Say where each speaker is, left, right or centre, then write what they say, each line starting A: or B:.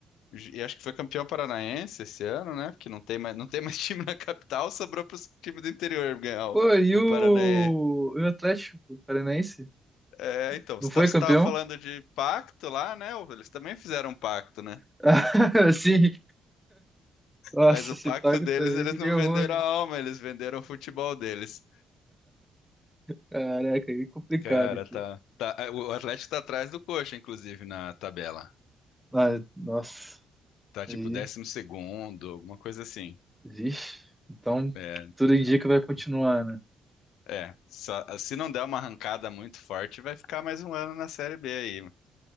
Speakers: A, on the left; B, in the centre.
A: E acho que foi campeão paranaense esse ano, né? Porque não tem mais, não tem mais <laughs> time na capital, sobrou para os times do interior ganhar
B: Pô,
A: o,
B: e
A: o
B: o,
A: Paranaense.
B: e o Atlético Paranaense?
A: É, então,
B: Não
A: você
B: foi
A: estava
B: campeão?
A: falando de pacto lá, né? Eles também fizeram um pacto, né?
B: <laughs> Sim. nossa,
A: Mas o
B: esse
A: pacto
B: pago
A: deles,
B: tá aí
A: eles
B: que
A: não
B: deu
A: venderam
B: ruim.
A: a alma, eles venderam o futebol deles.
B: Caraca, aí é complicado,
A: Cara,
B: cara.
A: tá, tá. é, O Atlético tá atrás do Coxa, inclusive, na tabela.
B: Ah, nossa,
A: Tá
B: aí,
A: tipo décimo segundo, alguma coisa assim.
B: vixe. Então,
A: É,
B: tudo
A: não,
B: indica que
A: tá
B: vai continuar,
A: bem.
B: né?
A: É, só- se não der uma arrancada muito forte, vai ficar mais um ano na Série B aí.